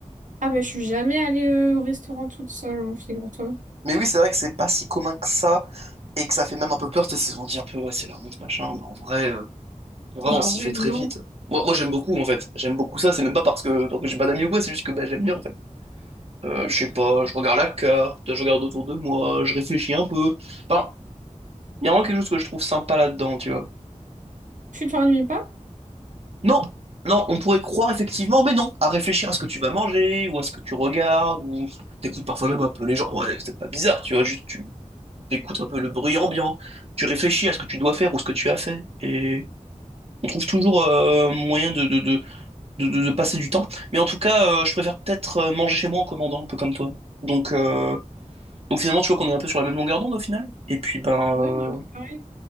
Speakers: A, on the right; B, on the right.
A: Ah mais je suis jamais allée euh, au restaurant toute seule en figure-toi.
B: Mais oui, c'est vrai que c'est pas si commun que ça et que ça fait même un peu peur. Tu sais, on dit un peu, ouais, c'est la honte, machin, mais en vrai, euh, en vrai,
A: Bah
B: on s'y
A: en vrai
B: fait très
A: non.
B: vite. Moi, moi j'aime beaucoup en fait. J'aime beaucoup ça. C'est même pas parce que, parce que j'ai pas d'amis ou quoi, c'est juste que bah, j'aime bien en fait. Euh,
A: Ok.
B: je sais pas, je regarde la carte, je regarde autour de moi, je réfléchis un peu. Enfin, il y a vraiment quelque chose que je trouve sympa là-dedans, tu vois.
A: Tu t'ennuies pas?
B: Non, non, on pourrait croire effectivement, mais non, à réfléchir à ce que tu vas manger, ou à ce que tu regardes, ou t'écoutes parfois même un peu les gens, ouais, c'est pas bizarre, tu vois, juste tu t'écoutes un peu le bruit ambiant, tu réfléchis à ce que tu dois faire ou ce que tu as fait, et on trouve toujours euh, moyen de, de, de, de, de- de passer du temps. Mais en tout cas, euh, je préfère peut-être euh, manger chez moi en commandant, un peu comme toi. Donc, euh, donc finalement, tu vois qu'on est un peu sur la même longueur d'onde au final. Et puis ben,
A: Ouais,
B: euh,
A: on est un peu pareil.